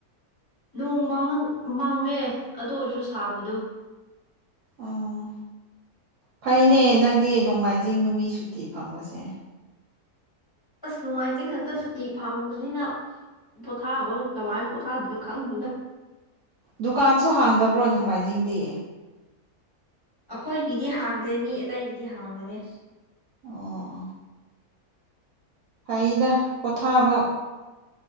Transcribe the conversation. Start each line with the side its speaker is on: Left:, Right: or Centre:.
Left: ꯅꯣꯡ ꯃꯪꯉ ꯃꯪꯉꯦ ꯑꯗꯨ ꯑꯣꯏꯔꯁꯨ ꯁꯥꯕꯗꯣ
Right: ꯑꯣ ꯐꯩꯅꯦ ꯅꯪꯗꯤ ꯅꯣꯡꯃꯥꯏꯖꯤꯡ ꯅꯨꯃꯤ ꯁꯨꯇꯤ ꯐꯪꯕꯁꯦ
Left: ꯑꯁ ꯅꯣꯡꯃꯥꯏꯖꯤꯡ ꯈꯛꯇ ꯁꯨꯇꯤ ꯐꯪꯕꯅꯤꯅ ꯄꯣꯊꯥꯕꯒ ꯀꯃꯥꯏ ꯄꯣꯊꯥꯗꯣꯏꯅꯣ ꯈꯪꯗꯦꯗ
Right: ꯗꯨꯀꯥꯟꯁꯨ ꯍꯥꯡꯗꯕ꯭ꯔꯣ ꯅꯣꯡꯃꯥꯏꯖꯤꯡꯗꯤ
Left: ꯑꯩꯈꯣꯏꯒꯤꯗꯤ ꯍꯥꯡꯗꯦ ꯃꯤ ꯑꯇꯩꯒꯤꯗꯤ ꯍꯥꯡꯕꯅꯦ
Right: ꯑꯣ ꯑꯣ ꯐꯩꯗ ꯄꯣꯊꯥꯕ